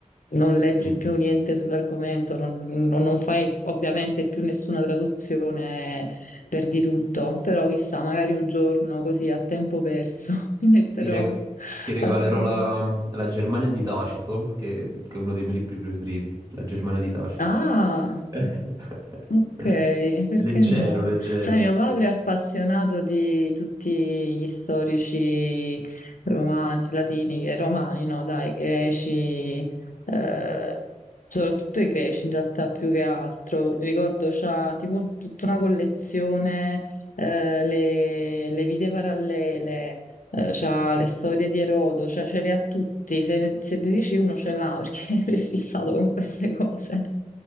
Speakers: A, on the left; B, on the right.
A: non leggi
B: sì.
A: più niente sull'argomento, non, non- non fai ovviamente più nessuna traduzione, perdi tutto. Però chissà, magari un giorno così a tempo perso <laughs> mi metterò
B: Ti, reg- ti regalerò
A: a studiare.
B: la... la Germania di Tacito, che... che è uno dei miei libri preferiti, La Germania di Tacito.
A: Ah!
B: <laughs>
A: Ok, perché
B: Leggero,
A: no?
B: leggero.
A: Sai, mio padre è appassionato di tutti gli storici romani, latini e romani, no, dai, greci, eh, soprattutto i greci in realtà più che altro. Ricordo c'ha tipo tutta una collezione, eh, le, le vite parallele, eh, c'ha le storie di Erodo, cioè ce le ha tutti, se ne, se ne dici uno ce l'ha perché <laughs> lui è fissato con queste cose.